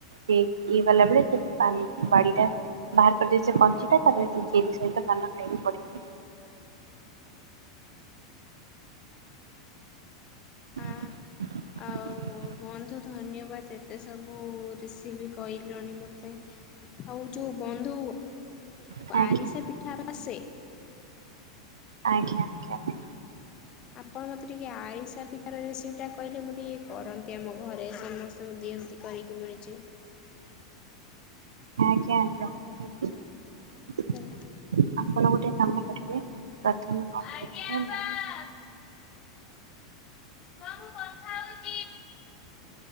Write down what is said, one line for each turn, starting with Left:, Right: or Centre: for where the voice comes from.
Right: ପିକ୍ ଇଏ କଲାପରେ ସେ ପାନ୍ ବାଡିଟା। ବାହାର କରିଦେଇକି ସେ ପାଞ୍ଚିଟା ତାପରେ ସେ ଚେରି ସହିତ ପାନ ଖାଇବେ ବଢିଆ ଲାଗେ। <inaudible>
Left: ହଁ ଆଉ ବନ୍ଧୁ ଧନ୍ୟବାଦ ଏତେ ସବୁ ରେସିବି କହିଲଣି ମତେ। ଆଉ ଯୋଉ ବନ୍ଧୁ
Right: ଲାଗିବ ଆଜ୍ଞା
Left: ଆରିସା ପିଠା ଆସେ?
Right: ଆଜ୍ଞା। ଆଜ୍ଞା
Left: ଆପଣ ମତେ ଟିକେ ଆରିସା ପିଠାର ରେସିପି ଟା କହିଲେ ମୁଁ ଟିକେ କରନ୍ତି ଆମ ଘରେ ସମସ୍ତଙ୍କୁ ଦିଅନ୍ତି। କରିକି ମିଳୁଛି।
Right: ଆଜ୍ଞା ଆଜ୍ଞା <inaudible>
Left: ହୁଁ।
Right: ଆପଣ ଗୋଟେ କାମ କରିବେ ପ୍ରଥମେ କଣ
Left: ଆଜ୍ଞା
Right: କରିବେ
Left: ଆପା
Right: ନା।
Left: <inaudible> ରୁହ ମୁଁ କଥା ହଉ